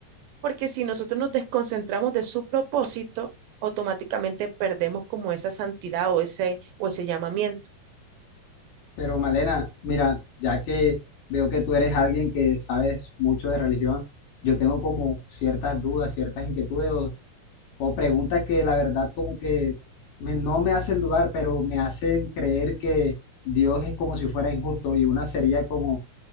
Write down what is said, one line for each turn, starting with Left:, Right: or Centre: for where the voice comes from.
Right: Porque si nosotros nos desconcentramos de su propósito, automáticamente perdemos como esa santidad o ese, o ese llamamiento.
Left: Pero Malena, mira, ya que veo que tú eres alguien que sabes mucho de religión, yo tengo como ciertas dudas, ciertas inquietudes o preguntas que la verdad como que me- no me hacen dudar, pero me hacen creer que Dios es como si fuera injusto y una sería como